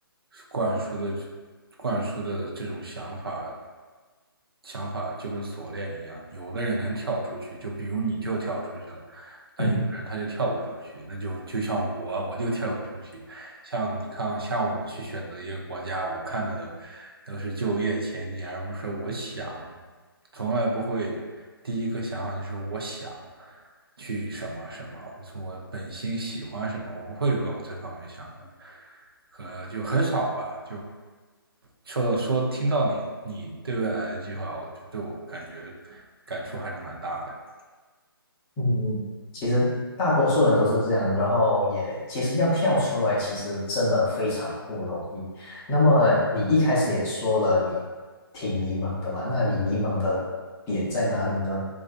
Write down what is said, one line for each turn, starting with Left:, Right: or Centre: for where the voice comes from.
Right: 灌输的灌输的这种想法，想法就跟锁链一样，有的人能跳出去，就比如你就跳出去了，但有的人他就跳不出去，
Left: <laughs>
Right: 那就就像我，我就跳不出去。像你看，像我去选择一个国家，我看的都是就业前景，而不是我想，从来不会第一个想法就是我想去什么什么，或者我本心喜欢什么，我不会往这方面想的，可就很少吧。说说听到你你对未来的计划，我就对我感觉感触还是蛮大的。
Left: 嗯，其实大多数人都是这样的，然后也其实要跳出来，其实真的非常不容易。那么你一开始也说了，你挺迷茫的嘛，那你迷茫的点在哪里呢？